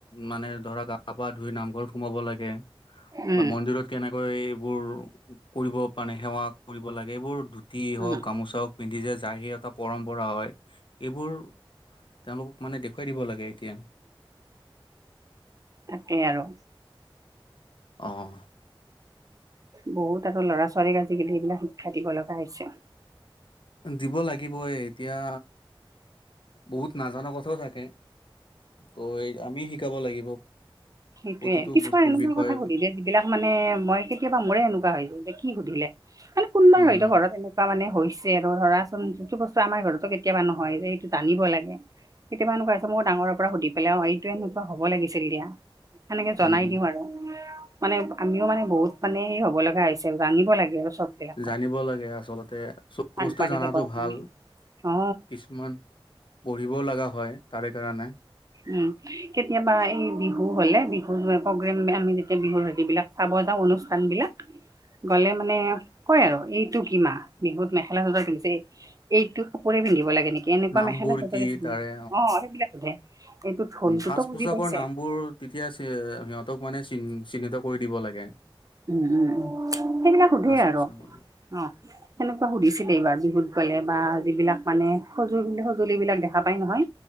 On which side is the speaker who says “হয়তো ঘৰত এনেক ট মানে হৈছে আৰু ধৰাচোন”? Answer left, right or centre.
Right